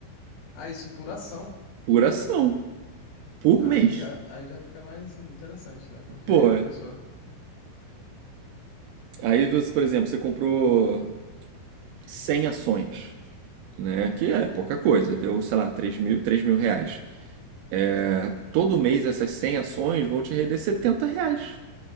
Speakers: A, on the left; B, on the right.
A: Ah, isso por ação.
B: por ação, por
A: Ah,
B: mês.
A: aí já, aí já fica mais interessante, né? Porque
B: Pô,
A: aí a pessoa...
B: aí, você, por exemplo, você comprou 100 ações, né? Que é pouca coisa, deu, sei lá, três mil, três mil reais. É, Todo mês essas 100 ações vão te render 70 reais.